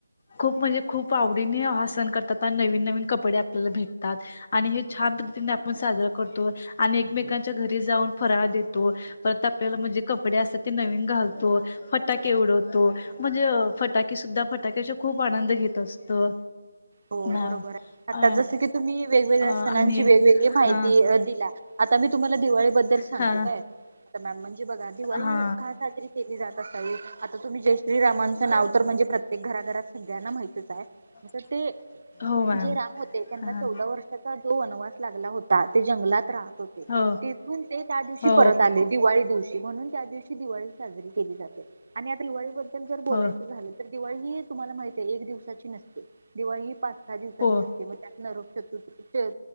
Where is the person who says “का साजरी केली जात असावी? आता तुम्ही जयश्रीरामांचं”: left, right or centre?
Right